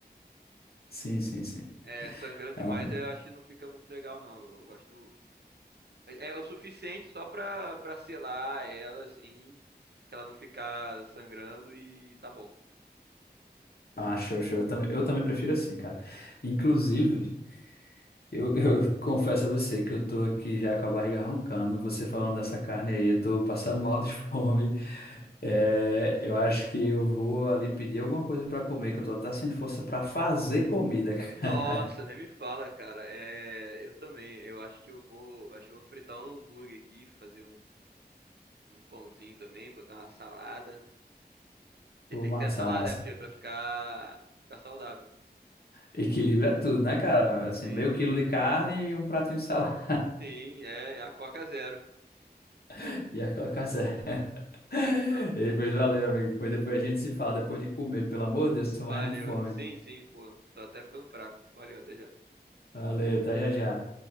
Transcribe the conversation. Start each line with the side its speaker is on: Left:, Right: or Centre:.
Left: Sim, sim, sim.
Right: É, sangrando
Left: É
Right: demais,
Left: uma...
Right: eu acho que não fica muito legal, não. Eu gosto. É é o suficiente só pra, pra selar ela, assim. Que ela não ficar sangrando e tá bom.
Left: Ah, show, show. Eu também, eu também prefiro assim, cara. Inclusive, Eu, eu <laughs> confesso a você que eu tô aqui já com a barriga roncando. Você falando dessa carne aí, eu tô passando mal de <laughs> fome. É, eu acho que eu vou ali pedir alguma coisa pra comer, que eu tô até sem força pra fazer comida, <laughs> cara.
Right: Nossa, nem me fala, cara. É, eu também. Eu acho que eu vou, acho que eu vou fritar um hambúrguer aqui, fazer um, um pãozinho também, botar uma salada. Porque
Left: Pô,
Right: tem
Left: massa,
Right: que ter a salada,
Left: massa.
Right: né? Porque é pra ficar, ficar saudável.
Left: Equilíbrio é tudo, né, cara? Assim,
Right: Sim,
Left: meio quilo de carne e um pratinho de salada.
Right: sim, é, é a Coca Zero.
Left: <laughs> E a Coca Zero. <laughs>
Right: Ah,
Left: E depois valeu, amigo. Depois, depois a gente se fala depois de comer. Pelo amor de Deus, tô morrendo
Right: valeu.
Left: de fome.
Right: Sim, sim, pô. Tô até ficando fraco. Valeu, até já.
Left: Valeu, até já já.